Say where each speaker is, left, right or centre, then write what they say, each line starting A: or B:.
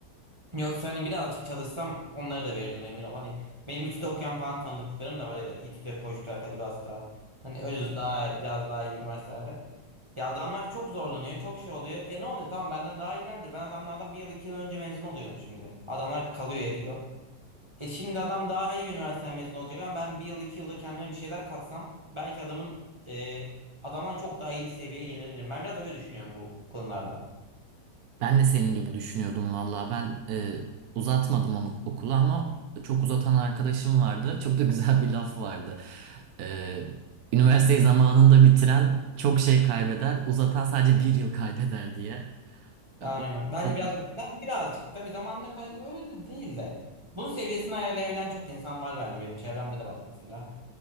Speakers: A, on the right (about 15°); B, on the right (about 65°).
A: Yoksa hani birazcık çalışsam onları da verirdim emin ol. Hani benim İTÜ'de okuyan falan tanıdıklarım da var ya da İTÜ'de, Koç'ta, Kadir Has'ta. Hani öyle daha biraz daha iyi üniversitelerde. Ya adamlar çok zorlanıyor, çok şey oluyor. E ne oluyor? Tamam benden daha iyilerdir. Ben adamlardan bir yıl iki yıl önce mezun oluyorum şimdi. Adamlar hep kalıyor ediyor. E şimdi adam daha iyi bir üniversiteden mezun olacak ama ben bir yıl iki yılda kendime bir şeyler katsam belki adamın e, adamdan çok daha iyi bir seviyeye gelebilirim. Ben biraz öyle düşünüyorum bu konularda.
B: Ben de senin gibi düşünüyordum valla. Ben e, uzatmadım o- okulu ama çok uzatan arkadaşım vardı. Çok da güzel bir laf vardı. E, üniversiteyi zamanında bitiren çok şey kaybeder, uzatan sadece bir yıl kaybeder diye. E,
A: Aynen.
B: o
A: Bence
B: da
A: biraz
B: da
A: ben birazcık tabii zamanda kay öyle de değil de. Bunun seviyesini ayarlayabilen çok insan var bence benim çevremde de var mesela.